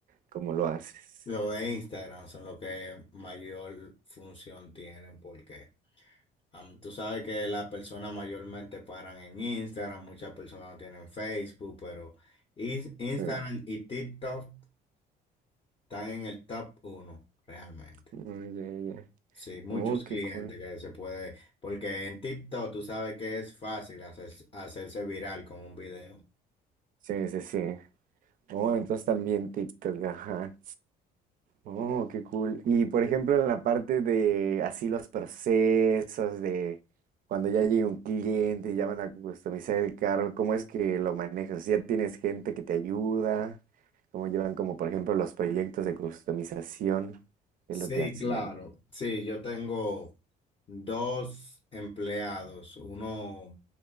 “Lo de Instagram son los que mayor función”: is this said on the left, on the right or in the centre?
Left